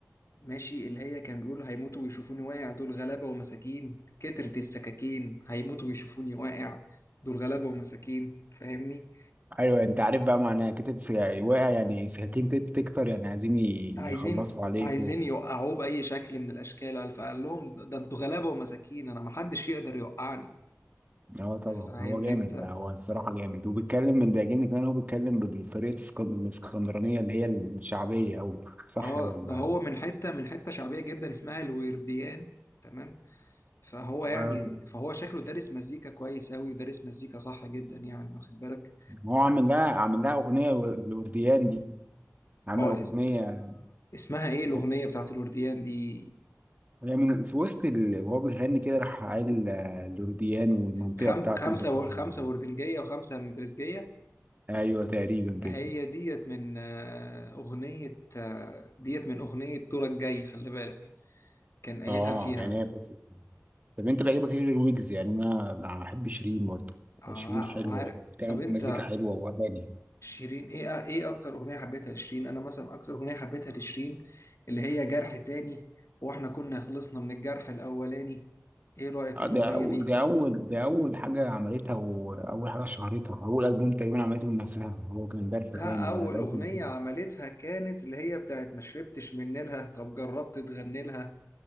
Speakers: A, on the left; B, on the right.
A: ماشي اللي هي كان بيقولوا هيموتوا ويشوفوني واقع دول غلابة ومساكين كترت السكاكين هيموتوا ويشوفوني واقع دول غلابة ومساكين فاهمني
B: ايوه انت عارف بقى معناها كده واقع يعني ساكن تكتر يعني عايزين ي-
A: عايزين
B: يخلصوا عليك
A: عايزين يوقعوه بأي شكل من الأشكال فقال لهم ده ده انتوا غلابة ومساكين أنا محدش يقدر يوقعني
B: اه طبعا
A: فاهمني
B: هو جامد
A: أنت
B: بقى هو الصراحه جامد وبيتكلم من بيعجبني كمان هو بيتكلم بالطريقه الاسك- الاسكندرانيه اللي هي الشعبيه او صح
A: اه
B: ولا
A: ده هو من حتة من حتة شعبية جدا اسمها الورديان تمام فهو يعني
B: أيوة طبعا.
A: فهو شكله دارس مزيكا كويس أوي ودارس مزيكا صح جدا يعني واخد بالك
B: هو عامل لها عامل لها اغنيه و- لورديان دي عامل
A: اه
B: اغنيه
A: اس- اسمها ايه الاغنيه
B: سم-
A: بتاعت الورديان دي
B: هي من في وسط ال... وهو بيغني كده راح قال آه، لورديان والمنطقه
A: خم...
B: بتاعته
A: خمسة
B: ذكرنا
A: و... خمسة وردنجية وخمسة مترزجية
B: ايوه تقريبا
A: هي
B: كده
A: ديت من آه، أغنية آه، ديت من أغنية دورك جاي خلي بالك كان قايلها
B: اه
A: فيها
B: يعني هي فوزي. طب انت بيعجبك ايه غير ويجز يعني انا بحب شيرين برضه
A: ع-
B: شيرين حلوه
A: عارف
B: وبتعمل
A: طب أنت
B: مزيكا حلوه واغاني
A: شيرين إيه آه، إيه أكتر أغنية حبيتها لشيرين أنا مثلا أكتر أغنية حبيتها لشيرين اللي هي جرح تاني وإحنا كنا خلصنا من الجرح الأولاني إيه رأيك في
B: آه،
A: الأغنية
B: ده أو-
A: دي؟
B: ده اول ده اول حاجه عملتها واول حاجه شهرتها اول البوم تقريبا عملته بنفسها هو كان جرح
A: لا
B: تاني
A: أول
B: ده ده ألبوم
A: أغنية
B: تاني.
A: عملتها كانت اللي هي بتاعت ما شربتش من نيلها طب جربت تغني لها